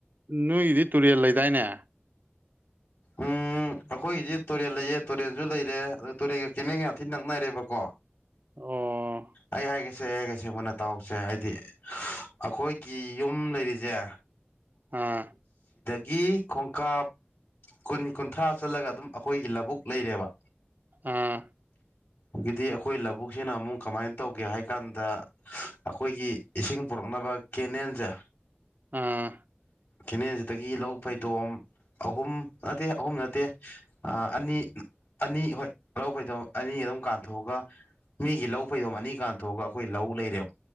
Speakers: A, on the right; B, on the left.
A: ꯅꯣꯏꯒꯤꯗꯤ ꯇꯨꯔꯦꯜ ꯂꯩꯗꯥꯏꯅꯦ
B: ꯎꯝ ꯎ ꯑꯩꯈꯣꯏꯒꯤꯗꯤ ꯇꯨꯔꯦꯜ ꯂꯩꯌꯦ ꯇꯨꯔꯦꯜꯁꯨ ꯂꯩꯔꯦ ꯑꯗꯨ ꯇꯨꯔꯦꯜꯒ ꯀꯦꯅꯦꯟꯒ ꯌꯥꯝ ꯊꯤ ꯅꯛꯅꯔꯦꯕꯀꯣ
A: ꯑꯣ
B: ꯑꯩ ꯍꯥꯏꯒꯦ ꯁꯦ ꯑꯩ ꯍꯥꯏꯒꯦꯁꯦ ꯃꯨꯟꯅ ꯇꯥꯎꯁꯦ ꯍꯥꯏꯗꯤ ꯑꯈꯣꯏꯒꯤ ꯌꯨꯝ ꯂꯩꯔꯤꯖꯦ
A: ꯑꯥ
B: ꯒꯤ ꯈꯣꯡꯀꯥꯞ ꯀꯨꯟ ꯀꯨꯟꯊ꯭ꯔꯥ ꯆꯠꯂꯒ ꯑꯗꯨꯝ ꯑꯈꯣꯏꯒꯤ ꯂꯕꯨꯛ ꯂꯩꯔꯦꯕ
A: ꯑꯥ
B: ꯒꯤꯗꯤ ꯑꯈꯣꯏ ꯂꯕꯨꯛꯁꯤꯅ ꯑꯃꯨꯛ ꯀꯃꯥꯏꯟ ꯇꯧꯒꯦ ꯍꯥꯏ ꯀꯥꯟꯗ ꯑꯈꯣꯏꯒꯤ ꯏꯁꯤꯡ ꯄꯨꯔꯛꯅꯞ ꯕ ꯀꯦꯅꯦꯜꯁꯦ
A: ꯎꯝ
B: ꯀꯦꯅꯦꯜꯁꯤꯗꯒꯤ ꯂꯧ ꯐꯩꯗꯣꯝ ꯑꯍꯨꯝ ꯅꯠꯇꯦ ꯑꯍꯨꯝ ꯅꯠꯇꯦ ꯑꯅꯤ ꯑꯅꯤ ꯍꯣꯏ ꯂꯧ ꯐꯩꯗꯣꯝ ꯑꯅꯤ ꯗꯨꯝ ꯀꯥꯟꯊꯣꯛꯑꯒ ꯃꯤꯒꯤ ꯂꯧ ꯐꯩꯗꯣꯝ ꯑꯅꯤ ꯀꯥꯟꯊꯣꯛꯑꯒ ꯑꯈꯣꯏ ꯂꯧ ꯂꯩꯔꯦꯞ